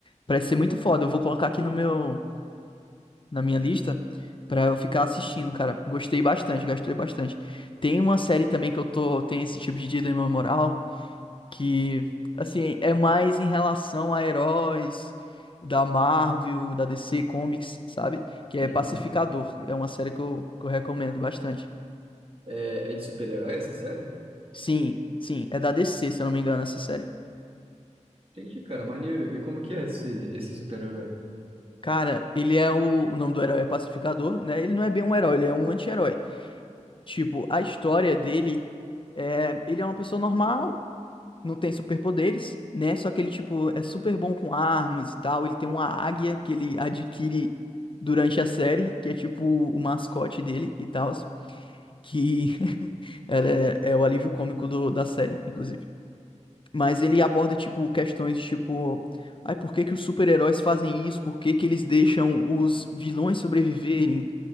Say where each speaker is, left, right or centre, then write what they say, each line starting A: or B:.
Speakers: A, on the left (about 40°); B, on the right (about 45°).
A: Parece ser muito foda. Eu vou colocar aqui no meu, na minha lista pra eu ficar assistindo, cara. Gostei bastante, gostei bastante. Tem uma série também que eu tô, tem esse tipo de dilema moral, que, assim, é mais em relação a heróis da Marvel, da DC Comics, sabe? Que é
B: Uhum.
A: Pacificador. É uma série que eu, que eu recomendo bastante.
B: É, é de super-herói essa série?
A: Sim, sim, é da DC, se eu não me engano, essa série.
B: Entendi, cara, maneiro. E como que é esse, esse super-herói?
A: Cara, ele é o, o nome do herói é Pacificador, né? Ele não é bem um herói, ele é um anti-herói. Tipo, a história dele é, ele é uma pessoa normal, não tem superpoderes, né? Só que ele tipo é super bom com armas e tal, ele tem uma águia que ele adquire durante a série, que é tipo o mascote dele e tal, que <laughs> ela é, é o alívio cômico do- da série, inclusive. Mas ele aborda, tipo, questões de tipo. Ai, por que que os super-heróis fazem isso? Por que que eles deixam os vilões sobreviverem?